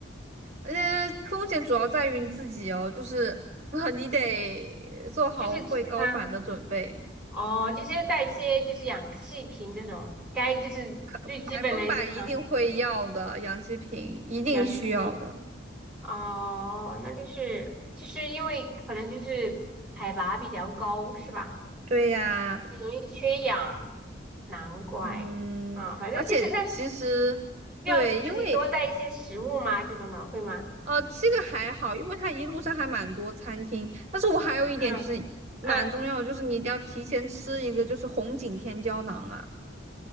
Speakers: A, on the right (about 40°); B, in the centre.
A: 而且风险主要在于你自己哦，就是啊、<laughs> 你得做好会高反的准备，
B: 就是其他哦，就是要带一些就是氧气瓶这种，该就是最基本的一些常
A: 百分百一定会要的，氧气瓶一定需要的。
B: 氧气瓶。哦，那就是就是因为可能就是海拔比较高，是吧？
A: 对呀，
B: 容易缺氧，难怪啊，
A: 嗯，
B: 反正就是那是
A: 而且其实。
B: 需要自己多带一些食物吗？
A: 对，因为
B: 这种的会吗？
A: 呃，这个还好，因为它一路上还蛮多餐厅。但是我还有一点就是蛮重要的，
B: 嗯嗯，
A: 就是你一定要提前吃一个，就是红景天胶囊啊，